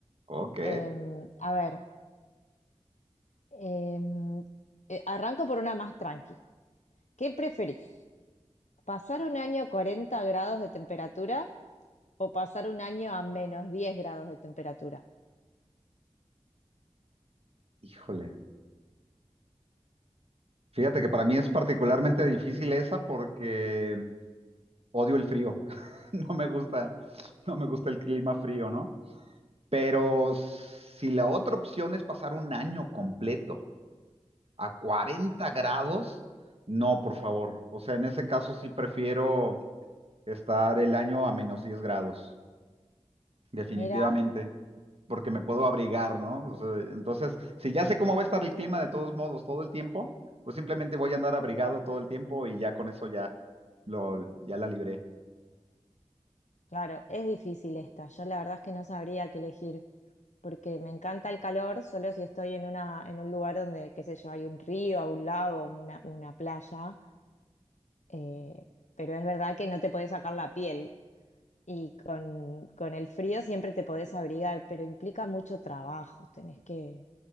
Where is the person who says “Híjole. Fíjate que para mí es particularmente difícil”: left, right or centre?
Right